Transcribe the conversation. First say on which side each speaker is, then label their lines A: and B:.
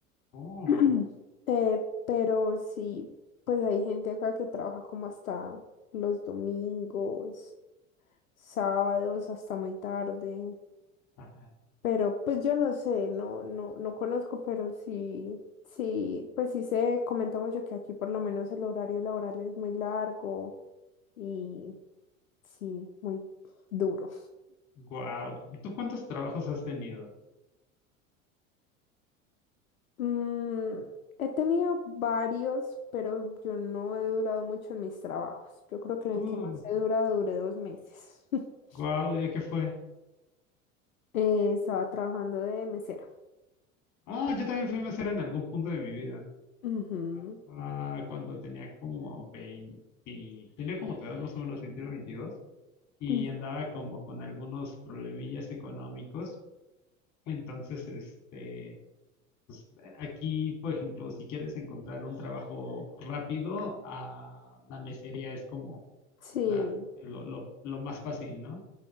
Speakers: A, on the left; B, on the left.
A: Oh,
B: <clears throat> Eh, pero sí, pues hay gente acá que trabaja como hasta los domingos, sábados, hasta muy tarde.
A: ajá.
B: Pero pues yo no sé, no, no, no conozco, pero sí, sí, pues sí se comenta mucho que aquí por lo menos el horario laboral es muy largo y sí, muy duro.
A: Guau. ¿Tú cuántos trabajos has tenido?
B: Mm, he tenido varios, pero yo no he durado mucho en mis trabajos. Yo creo que en
A: Uh,
B: el que más he durado duré dos meses. <laughs>
A: guau, ¿y de qué fue?
B: Eh, estaba trabajando de mesera.
A: Ah, yo también fui mesero en algún punto de mi vida.
B: Ujú,
A: Ah, ah, cuando tenía como 20 tenía como tu edad más o menos veintiuno veintidós y
B: ujú.
A: andaba como con algunos problemillas económicos. Entonces, este, pues, aquí, por ejemplo, si quieres encontrar un trabajo rápido, ah, la mesería es como
B: Sí,
A: la, lo, lo, lo más fácil, ¿no?